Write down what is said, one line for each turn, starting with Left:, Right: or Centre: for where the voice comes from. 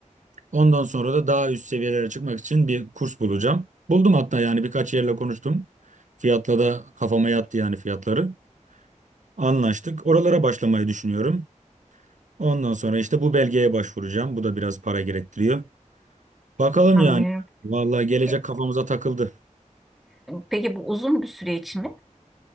Right: Ondan sonra da daha üst seviyelere çıkmak için bir kurs bulacağım. Buldum hatta yani birkaç yerle konuştum. Fiyatla da kafama yattı yani fiyatları. Anlaştık. Oralara başlamayı düşünüyorum. Ondan sonra işte bu belgeye başvuracağım. Bu da biraz para gerektiriyor. Bakalım
Centre: Anlıyorum.
Right: yani. Vallahi gelecek
Centre: E,
Right: kafamıza takıldı.
Centre: Peki bu uzun bir süreç mi?